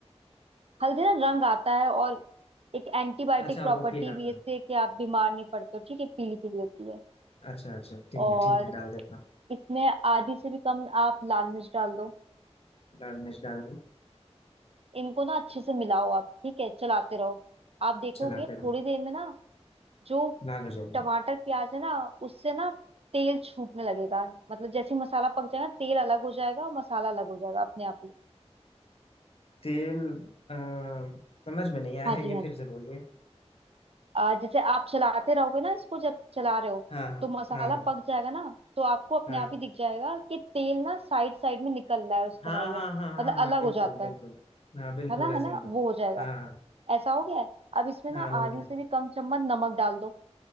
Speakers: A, on the right; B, on the left.
A: हल्दी ना रंग आता है और एक एंटीबायोटिक
B: अच्छा
A: प्रॉपर्टी
B: वो पीलापन
A: भी है इससे कि आप बीमार नहीं पड़ते हो ठीक है पीली पीली होती है
B: अच्छा अच्छा ठीक
A: और
B: है ठीक है डाल देता हूँ
A: इसमें आधी से भी कम आप लाल मिर्च डाल दो
B: लाल मिर्च डाल दूँ
A: इनको ना अच्छे से मिलाओ आप ठीक है चलाते रहो आप देखोगे
B: चलाते
A: थोड़ी
B: रहो
A: देर में ना जो
B: लाल हो जाएगी
A: टमाटर प्याज है ना उससे ना तेल छूटने लगेगा मतलब जैसे ही मसाला पक जाएगा तेल अलग हो जाएगा और मसाला अलग हो जाएगा अपने आप ही
B: तेल आ, समझ में नहीं आया
A: हाँ
B: है
A: जी
B: ये
A: हाँ
B: फिर
A: जी
B: से बोलिए
A: आ, जैसे आप चलाते रहोगे ना इसको जब चला रहे हो
B: हाँ
A: तो मसाला
B: हाँ
A: पक जाएगा ना तो आपको अपने
B: हाँ
A: आप ही दिख जाएगा कि तेल ना साइड साइड में निकल रहा है उस
B: हाँ
A: कढ़ाई में
B: हाँ
A: मतलब
B: हाँ हाँ हाँ हाँ हाँ,
A: अलग
B: बिल्कुल
A: हो जाता
B: बिल्कुल
A: है
B: हाँ बिल्कुल
A: है ना
B: वैसे
A: है ना
B: ही हो
A: वो
B: रहा
A: हो जाएगा
B: है हाँ
A: ऐसा हो गया है अब इसमें ना
B: हाँ हाँ, हो
A: आधी
B: गया
A: से भी कम चम्मच नमक डाल दो